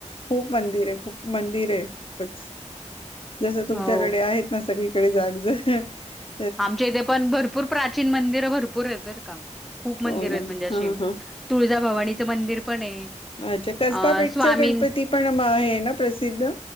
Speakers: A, on the left; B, in the centre.
A: खूप मंदिर आहे, खूप मंदिर आहे खूपच. जसं तुमच्याकडे
B: हो.
A: आहेत ना सगळी कडे जाग ज <inaudible>
B: आमच्या इथे पण भर- पूर प्राचीन मंदिरं भरपूर आहेत तर का! खूप मंदिर
A: हो ना
B: आहेत म्हणजे अशी
A: हां हां
B: तुळजाभवानीचं मंदिर पण आहे.
A: अच्छा कसबा
B: अ
A: पेठचा
B: स्वामीं
A: गणपती पण हे आहे. ना प्रसिद्ध?